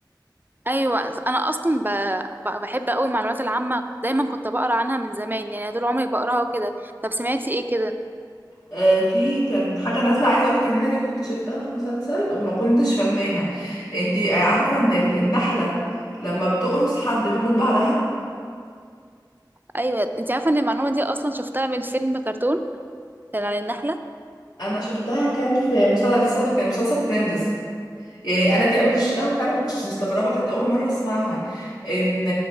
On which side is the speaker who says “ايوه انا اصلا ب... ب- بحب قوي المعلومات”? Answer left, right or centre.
Right